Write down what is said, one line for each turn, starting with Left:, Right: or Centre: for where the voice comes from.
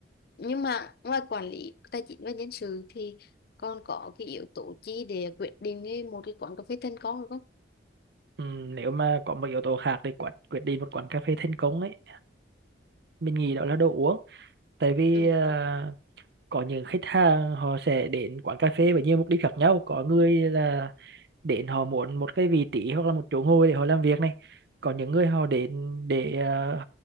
Left: Nhưng mà ngoài quản lý tài chính và nhân sự thì còn có cái yếu tố chi để quyết định cái- một cái quán cà phê thành công được không?
Right: Ừm, nếu mà có một yếu tố khác để quyết quyết định một quán cà phê thành công ấy mình nghĩ đó là đồ uống tại vì
Left: Ừ.
Right: à, có những khách hàng họ sẽ đến quán cà phê với nhiều mục đích khác nhau có người là đến họ muốn một cái vị trí hoặc là một chỗ ngồi để họ làm việc này còn những người họ đến để ờ,